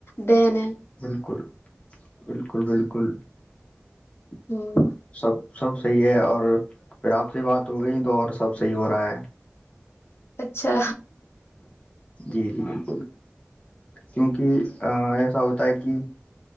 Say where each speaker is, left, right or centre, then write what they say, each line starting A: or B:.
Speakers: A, on the left; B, on the left.
A: دن ہے
B: بالکل بالکل بالکل
A: ھمم
B: سب سب صحیح ہے اور پھر آپ سے بات ہو گئی تو اور سب صحیح ہو رہا ہے
A: اچھا
B: جی جی بالکل کیونکہ ایسا ہوتا ہے کہ